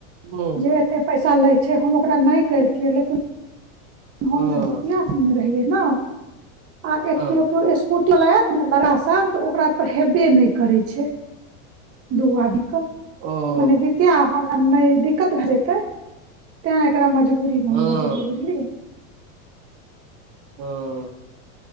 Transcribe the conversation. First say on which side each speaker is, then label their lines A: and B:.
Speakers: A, on the right (about 55°); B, on the right (about 35°).
A: हँ
B: जे एते पैसा लै छै हम ओकरा नहि करितियै लेकिन हम
A: हँ
B: जे द्वितयथ मे रहियै ने आ एक
A: हँ
B: केओ केओ स्कूटी आत ने लड़का सभ तऽ ओकरा पर हेबे नहि करै छै दू आदीके
A: ओ
B: मने जितिया हमरा नहि दिक्कत भए जेयतै तै एकरा मजबूरी मे
A: हँ
B: हम बजेलियै
A: हँ
B: बुझलियै।
A: ह